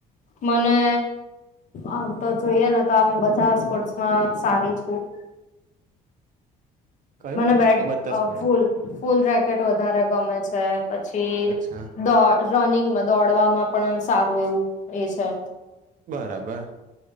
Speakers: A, on the left; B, on the right.
A: મને આમ તો જોઈએ ને તો આમ બધા સ્પર્ટમાં સારી છું.
B: કયું
A: મને બેટ
B: ઓ બધા
A: આ
B: સ્પોટ
A: ફૂલ ફૂલ રેકેટ વધારે ગમે છે પછી
B: અચ્છા
A: દો રનિંગમાં દોડવામાં પણ સારું એવું એ છે.
B: બરાબર